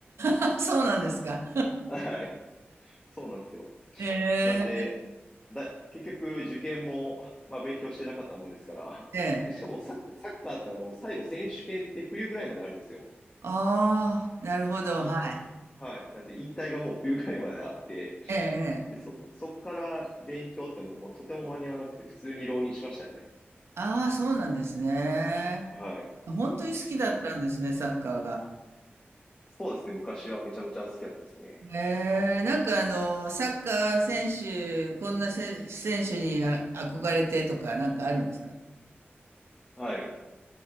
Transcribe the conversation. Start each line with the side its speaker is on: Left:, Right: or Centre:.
Right: あ、そうなんですか。
Left: <laughs> はい。そうなんですよ。
Right: ええ、
Left: なんで、だ、結局受験も、まあ、勉強してなかったもんですから。
Right: ええ。
Left: で、しかもサッ、サッカーってあの、最後選手権って冬ぐらいまであるんですよ。
Right: ああ、なるほど、
Left: 引退、
Right: はい。
Left: はい。なんで引退がもう冬ぐらいまであって、
Right: ええ、ええ。
Left: で、そ、そっから勉強ってもう、まあ、とても間に合わなくて、普通に浪人しましたね。
Right: ああ、そうなんですね。
Left: はい。
Right: 本当に好きだったんですね、
Left: そう、
Right: サッカーが。
Left: そうですね。昔はめちゃめちゃ好きだったですね。
Right: ええ、なんかあの、サッカー選手、こんなせ選手にあ憧れてとか、なんかあるんですか
Left: はい。